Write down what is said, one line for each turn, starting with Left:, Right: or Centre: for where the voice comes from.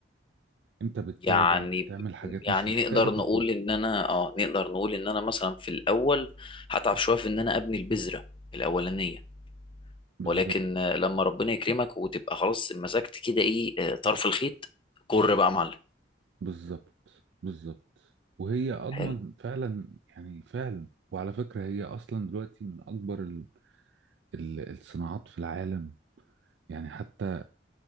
Right: أنت بتتابع
Left: يعني
Right: بتعمل حاجات
Left: يعني
Right: مش محتاجة
Left: نقدر
Right: تفرغ
Left: نقول ان انا اه نقدر نقول ان انا مثلا في الاول هتعب شويه في ان انا ابني البذره الاولانيه
Right: بالظبط
Left: ولكن آه، لما ربنا يكرمك وتبقى خلاص مسكت كده ايه آه، طرف الخيط كر بقى يا معلم
Right: بالظبط بالظبط وهي أضمن
Left: حلو
Right: فعلا يعني فعلا وعلى فكرة هي أصلا دلوقتي من أكبر ال ال الصناعات في العالم يعني حتى